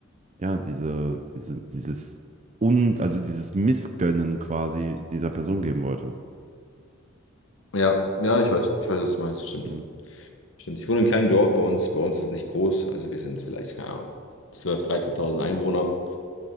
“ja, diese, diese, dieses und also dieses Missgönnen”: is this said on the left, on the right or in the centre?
Right